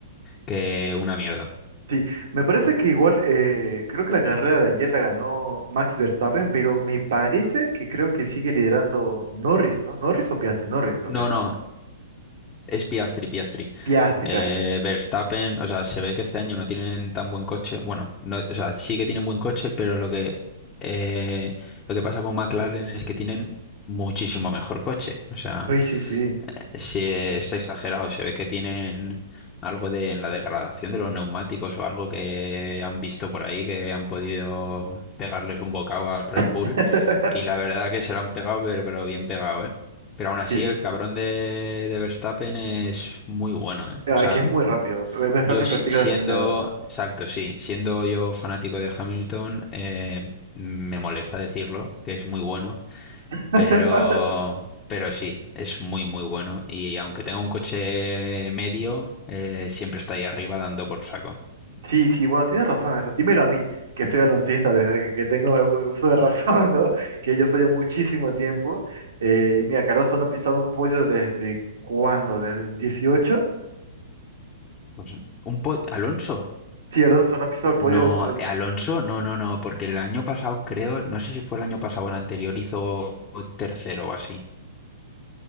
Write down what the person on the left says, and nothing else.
que una mierda.
No,
no, Es Piastri, Piastri.
Eh,
Verstappen, o sea, se ve que este año no tienen tan buen coche. Bueno, no, o sea, sí que tienen buen coche, pero lo que, eh, lo que pasa con McLaren es que tienen muchísimo mejor coche. O sea,
se, se exagera o se ve que tienen algo de en la degradación de los neumáticos o algo que han visto por ahí que han podido pegarles un bocado a Red Bull
y la verdad que se lo han pegado pero, pero bien pegado, ¿eh? Pero aún así
el cabrón de, de Verstappen es muy bueno, ¿eh? O
sea,
yo si-
siendo,
exacto, sí, siendo yo fanático de Hamilton, eh, me molesta decirlo, que es muy bueno
pero, pero sí, es muy, muy bueno. Y aunque tenga un coche medio, eh, siempre está ahí arriba dando por saco.
Pues un po- Alonso.
No,
eh, Alonso, no, no, no, porque el año pasado creo, no sé si fue el año pasado o el anterior, hizo tercero o así.